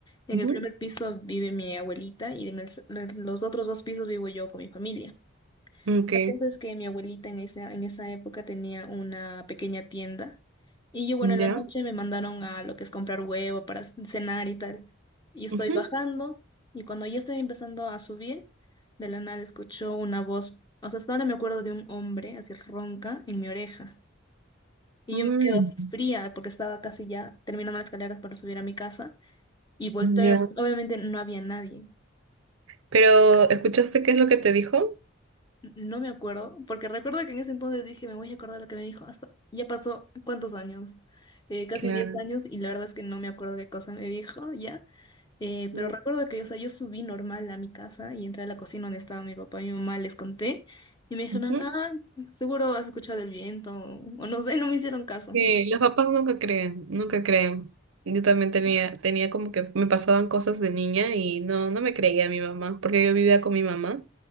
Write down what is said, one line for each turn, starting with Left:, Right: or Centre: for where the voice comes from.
Left: En
Right: ujú.
Left: el primer piso vive mi abuelita y en el s- en los otros dos pisos vivo yo con mi familia.
Right: Ok,
Left: La cosa es que mi abuelita en esa, en esa época tenía una pequeña tienda y yo, bueno,
Right: ya.
Left: en la noche me mandaron a lo que es comprar huevo para c- cenar y tal. Yo estoy
Right: Ujú.
Left: bajando y cuando yo estoy empezando a subir, de la nada escucho una voz, o sea, hasta ahora me acuerdo de un hombre así ronca en mi oreja y
Right: Mm,
Left: yo me quedo así fría porque estaba casi ya terminando las escaleras para subir a mi casa y volteo,
Right: ya.
Left: y obviamente no había nadie.
Right: Pero, ¿escuchaste qué es lo que te dijo?
Left: No me acuerdo, porque recuerdo que en ese entonces dije, me voy a acordar lo que me dijo. Hasta ya pasó cuántos años, Eh, casi
Right: Claro.
Left: 10 años, y la verdad es que no me acuerdo qué cosa me dijo ya. Eh,
Right: Mm,
Left: pero recuerdo que, o sea, yo subí normal a mi casa y entré a la cocina donde estaba mi papá y mi mamá, les conté, y me dijeron,
Right: ujú.
Left: ah, seguro has escuchado el viento, o no sé, no me hicieron caso. <laughs>
Right: Sí,
Left: Entonces,
Right: los papás nunca creen, nunca creen. Yo también tenía, tenía como que me pasaban cosas de niña y no, no me creía a mi mamá, porque yo vivía con mi mamá.